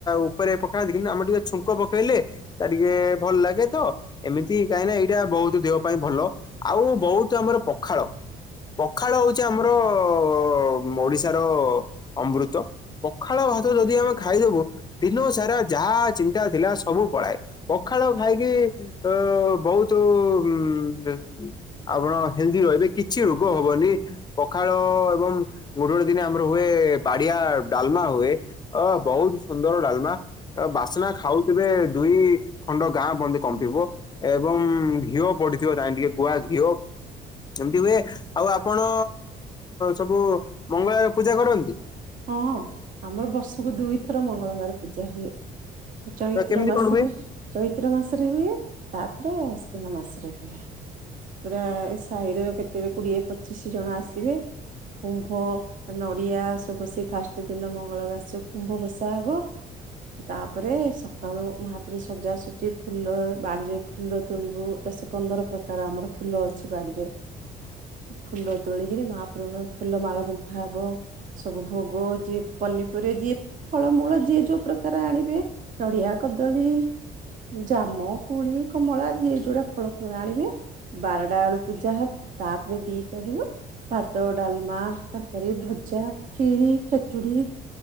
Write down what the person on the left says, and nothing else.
ଉପରେ ପକାନ୍ତି କିନ୍ତୁ ଆମେ ଟିକେ ଛୁଙ୍କ ପକେଇଲେ। ତା ଟିକେ ଭଲ ଲାଗେ ତ। ଏମିତି କାହିଁକିନା ଏଇଟା ବହୁତ ଦେହ ପାଇଁ ଭଲ ଆଉ ବହୁତ ଆମର ପଖାଳ ପଖାଳ ହଉଛି ଆମର ଓ ମ୍ ଓଡିଶାର ଅମୃତ ପଖାଳ ଭାତ ଯଦି ଆମେ ଖାଇଦବୁ ଦିନ ସାରା ଯାହା ଚିନ୍ତା ଥିଲା ସବୁ ପଳାଏ ପଖାଳ ଖାଇକି। ତ ବହୁତ ଉ ଦେ ଆପଣ ହେଲଦି ରହିବେ କିଛି ରୋଗ ହବନି। ପଖାଳ ଏବଂ ଗୋଟେ ଗୋଟେ ଦିନେ ଆମର ହୁଏ ବାଡିଆ ଡାଲମା ହୁଏ। ଅ ବହୁତ ସୁନ୍ଦର ଡାଲମା। ତା ବାସ୍ନା ଖାଉଥିବେ ଦୁଇ ଖଣ୍ଡ ଗାଁ ପନ୍ଦେ କମ୍ପିବ। ଏବଂ ଘିଅ ପଡିଥିବ ତାଇଁ ଟିକେ ଗୁଆ ଘିଅ। ଏମିତି ହୁଏ ଆଉ ଆପଣ ସବୁ ମଙ୍ଗଳାର ପୂଜା କରନ୍ତି।
ତ କେମିତି
କଣ ହୁଏ?
<inaudible>